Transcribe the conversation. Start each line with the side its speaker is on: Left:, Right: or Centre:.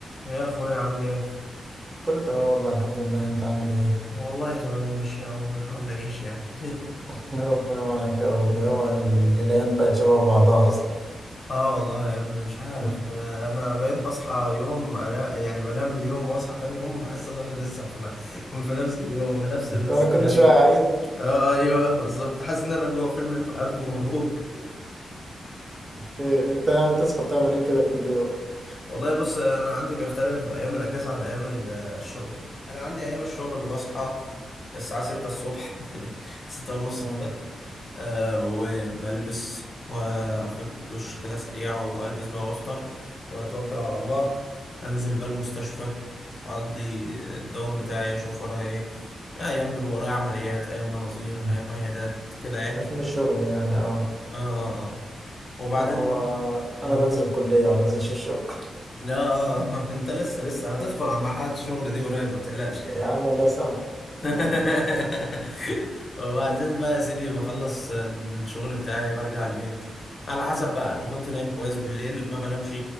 Left: يا اخويا عامل ايه
Right: كله تمام والله الحمد لله انت عامل ايه
Left: والله تمام ماشي اهو بنحاول نعيش يعني <laughs>
Right: <laughs> ربنا معاك يا رب
Left: الله
Right: هو
Left: يخليك
Right: ال- الايام بقت شبه بعضها اصلا
Left: اه والله يا ابني مش عارف
Right: <laughs>
Left: آه، انا بقيت بصحى يوم انا يعني بنام اليوم واصحى تاني يوم بحس ان انا لسه في ن- <laughs> في نفس اليوم في نفس السيناريو
Right: انا كل شويه اعيد
Left: اه آه، ايوه بالظبط حاسس ان انا جوه فيلم الف الف مبروك
Right: خير انت يعني بتصحى تعمل ايه كده كل يوم
Left: والله بص انا عندي بيختلف ايام الاجازه عن ايام ال- الشغل انا عندي ايام الشغل بصحى الساعه 6 الصبح <laughs> 6 ونص
Right: اه
Left: آه وبلبس واخد دش كده سريع والبس بقى وافطر واتوكل على الله انزل بقى المستشفى اقضي الدوام بتاعي اشوف ورايا ايه ايام بيبقى ورايا عمليات ايام مناظير
Right: مم.
Left: ايام عيادات كده يعني
Right: تفهيم الشغل يعني اه
Left: اه اه آه. وبعدين
Right: لا هو انا
Left: مم.
Right: بنزل الكليه ما بنزلش الشغل <laughs>
Left: لا <laughs> انت لسه لسه هتدخل على مرحلة الشغل دي قريب ما تقلقش
Right: يا عم الله يسامحك
Left: <laughs> وبعدين بقى يا سيدي بخلص الشغل بتاعي برجع البيت على حسب بقى انا كنت نايم كويس بالليل ما بنامش